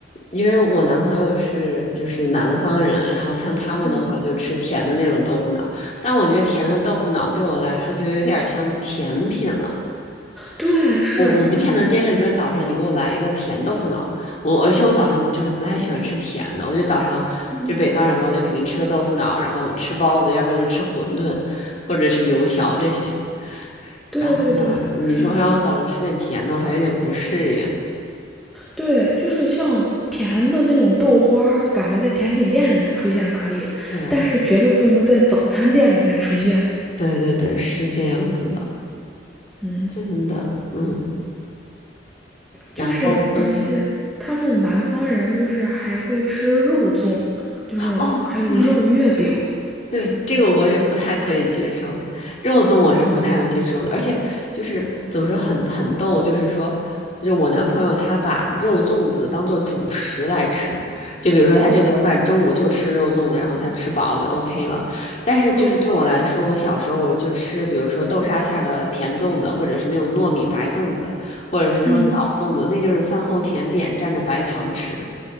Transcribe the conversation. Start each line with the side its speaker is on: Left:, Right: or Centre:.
Left: 因为我男朋友是就是南方人，然后像他们的话就吃甜的那种豆腐脑，
Centre: 嗯，
Left: 但我觉得甜的豆腐脑对我来说就有点儿像甜品了。
Centre: 对，是，
Left: 我我不太能接受，你说早上你给我来一个甜豆腐脑，我而且我早上就是不太喜欢吃甜的，我就早上就北方人嘛，
Centre: 嗯，
Left: 我就肯定吃个豆腐脑，然后吃包子，要不然就吃馄饨或者是油条这些。
Centre: 对对对，
Left: 然后呢，你说让我早上吃点甜的，
Centre: 是。
Left: 我还有点不适应。
Centre: 对，就是像甜的那种豆花儿，感觉在甜品店里面出现可以，
Left: 对
Centre: 但是绝对不能在早餐店里面出现。
Left: 对对对，是这样子的，
Centre: 嗯，
Left: 真的，嗯。然后嗯，
Centre: 就是而且他们南方人就是还会吃肉粽，就是还有肉月饼。
Left: 哦，对，对，这个我也不太可以接受，肉粽我是不太能接受的，而且就是怎么说很很逗，就是说，就我男朋友他把肉粽子当做主食来吃，就比如说他这顿饭中午就吃肉粽子，然后他就吃饱了就 OK 了。但是就是对我来说，
Centre: 嗯
Left: 我小时候就吃，比如说豆沙馅儿的甜粽子，或者是那种糯米白粽子，或者是那种枣粽子，
Centre: 嗯，
Left: 那就是饭后甜点蘸着白糖吃，